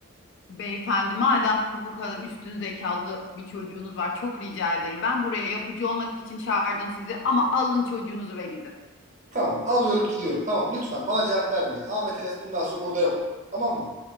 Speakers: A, on the left; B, on the right.
A: Beyefendi, madem bu kadar üstün zekalı bir çocuğunuz var, çok rica ederim. Ben buraya yapıcı olmak için çağırdım sizi ama alın çocuğunuzu ve gidin.
B: Tamam alıyorum gidiyorum. Tamam lütfen bana cevap vermeyin. Ahmet Enes bundan sonra burada yok. Tamam mı?